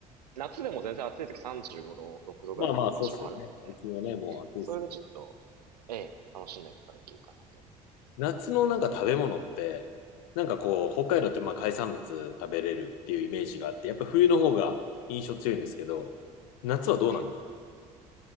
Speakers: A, on the right; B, on the left.
A: 夏でも全然暑い時35度、6度ぐらい行く場所あるんで。
B: まあまあ、そうっすよね。最近はね、もう暑いっす
A: それでちょっと、ええ、楽しんだりとかできるかなと思
B: 夏のなんか食べ物って、なんかこう、北海道ってまあ海産物食べれるっていうイメージがあって、やっぱ冬の方が印象強いんですけど、夏はどうなんですか
A: う。ええ、